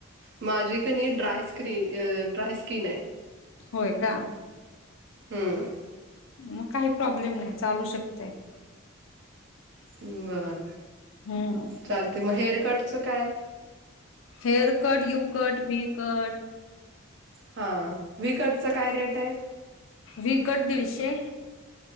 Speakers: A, on the right (about 55°); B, on the left (about 65°).
A: माझी का नी ड्राय स्किन, ड्राय स्किन आहे.
B: होय, का.
A: हम्म.
B: मगं काही प्रॉब्लेम नाही चालू शकते.
A: बरं
B: हम्म
A: चालते मग, हेअरकटचं काय?
B: Hair cut, U cut, V cut,
A: हा वि कटच काय रेट आहे?
B: वि कट दीडशे.